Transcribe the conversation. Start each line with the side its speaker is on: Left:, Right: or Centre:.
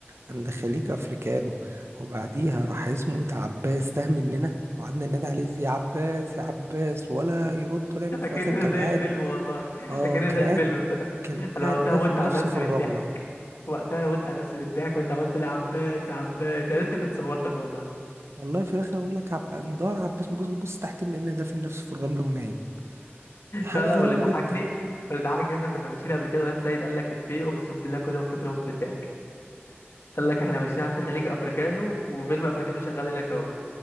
Right: عند خليج افريكانو وبعديها راح اسمه ايه ده عباس تاه مننا وقعدنا ننادي عليه يا عباس يا عباس ولا يرد ولا يعمل
Left: <laughs> اكننا
Right: في الاخر كان
Left: زي
Right: قاعد
Left: الفيلم والله
Right: اه
Left: اكننا
Right: كان
Left: زي الفيلم
Right: قاعد
Left: افتكر
Right: كان
Left: انا
Right: قاعد
Left: وقتها
Right: دافن
Left: مت على
Right: نفسه
Left: نفسي
Right: في الرملة
Left: من الضحك وقتها انا مت على نفسي من الضحك وانت عملت لي يا عباس يا عباس يا ريتني كنت صورتك والله
Right: والله في الاخر اقول لك عب... ندور على عباس نبص نبص تحت لان دافن نفسه في الرملة ونايم حاجة
Left: لا لا
Right: غريبة
Left: واللي ضحكني
Right: جدا
Left: اللي ضحكني احنا كنا ماشيين قبل كده واد سيد قال لك افيه اقسم بالله كل ما افتكر اموت من الضحك قال لك احنا ماشيين عند خليج افريكانو وفيلم افريكانو شغال هناك اهو